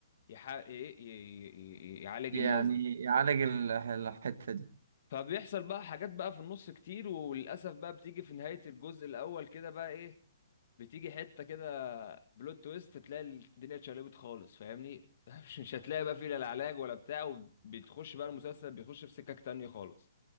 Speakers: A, on the left (about 55°); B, on the right (about 65°).
A: يح... إيه، ي... ي... ي... يعالج
B: يعني
A: الناس دي
B: يعالج ال- الحتة دي
A: فبيحصل بقى حاجات بقى في النص كتير وللأسف بقى بتيجي في نهاية الجزء الأول كده بقى ايه بتيجي حته كده بلوت تويست تلاقي الدنيا اتشقلبت خالص فاهمني <laughs> مش مش هتلاقي بقى فيه لا العلاج ولا بتاع وبتخش بقى المسلسل بيخش في سكك تانية خالص